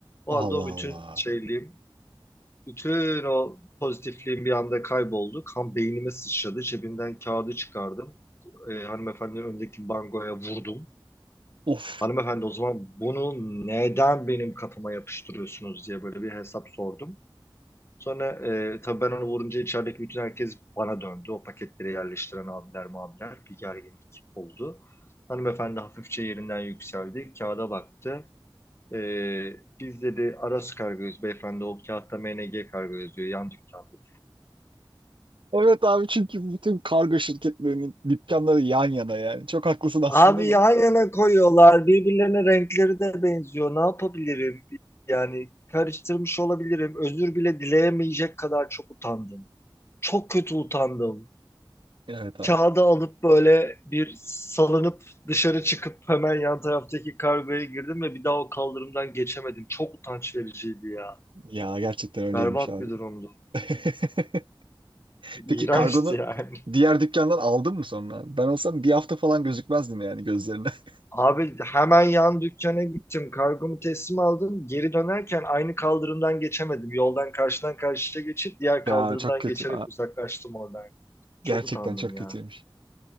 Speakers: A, on the left; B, on the right.
A: O
B: Allah
A: anda o bütün
B: Allah.
A: şeyliğim, bütün o pozitifliğim bir anda kayboldu. Kan beynime sıçradı. Cebimden kağıdı çıkardım. E, hanımefendinin önündeki bangoya vurdum.
B: Of.
A: Hanımefendi o zaman bunu neden benim kafama yapıştırıyorsunuz diye böyle bir hesap sordum. Sonra e, tabii ben onu vurunca içerideki bütün herkes bana döndü. O paketleri yerleştiren abiler mabiler bir gerginlik oldu. Hanımefendi hafifçe yerinden yükseldi. Kağıda baktı. E, biz dedi Aras kargoyuz beyefendi o kağıtta MNG kargo yazıyor yan dükkanda
B: Evet abi çünkü bütün kargo şirketlerinin dükkanları yan yana yani. Çok haklısın aslında
A: Abi
B: da.
A: yan yana koyuyorlar. Birbirlerine renkleri de benziyor. Ne yapabilirim? Yani karıştırmış olabilirim. Özür bile dileyemeyecek kadar çok utandım. Çok kötü utandım.
B: Evet abi.
A: Kağıdı alıp böyle bir salınıp dışarı çıkıp hemen yan taraftaki kargoya girdim ve bir daha o kaldırımdan geçemedim. Çok utanç vericiydi ya.
B: Ya gerçekten öyleymiş
A: Berbat
B: abi.
A: bir durumdu.
B: <laughs>
A: İğrençti
B: Peki kargonu
A: yani.
B: diğer dükkandan aldın mı sonra? Ben olsam bir hafta falan gözükmezdim yani gözlerine. <laughs>
A: Abi hemen yan dükkana gittim. Kargomu teslim aldım. Geri dönerken aynı kaldırımdan geçemedim. Yoldan karşıdan karşıya geçip diğer
B: Ya
A: kaldırımdan
B: çok kötü.
A: geçerek uzaklaştım oradan. Çok
B: Gerçekten
A: utandım
B: çok
A: ya.
B: kötüymüş.